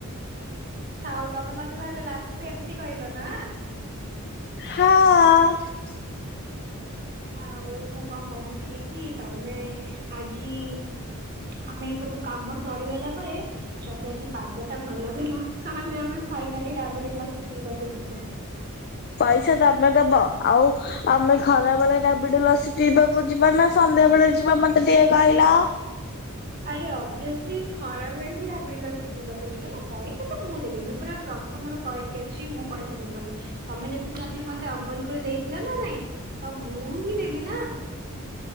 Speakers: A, on the right; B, on the left.
A: ଆଛା ଆଉ ତମେ ମତେ ତାହେଲେ ଲାଷ୍ଟ କୁ ଏମିତି କହିଲ ନା।
B: ହଁ।
A: ଆଉ ମୁଁ କଣ କହୁଥିଲି କି ତମେ ଆଜି ଆମେ ଏଇ ସବୁ କାମ ସରିଗଲା ପରେ ଯଦି ଆଜି ପାଗ ଟା ଭଲ ଦେଲା ତାହେଲେ ଆମେ ଫାଇନାଲି ରାବିଡି ଲସି ପିଇବାକୁ ଯିବା।
B: ପଇସା ଦ ତୁମେ ଦବ ଆଉ ଆମେ ଖରା ବେଳେ ରାବିଡ ଲସି ପିଇବାକୁ ଯିବା ନା ସନ୍ଧ୍ୟା ବେଳେ ଯିବା ମତେ ଟିକେ କହିଲ।
A: ଆରେ ଓଭିଓସ୍ଲି ଖରା ବେଳେ ହିଁ ରାବିଡି ଲସି ପିଇବାକୁ ଯିବା ନା ପଇସା ତ ମୁଁ ଦେବି ମୁଁ ପୁରା ପ୍ରଥମରୁ କହିକି ଅଛି ମୁଁ ପଇସା ଦେବି ବୋଲି ତମେ ଯେତେ ଚାଲି ମତେ ଅମୁଲ କୁଲ ଦେଇଥିଲ ନା ନାଇଁ। ତ ମୁଁ ହିଁ ଦେବି ନା।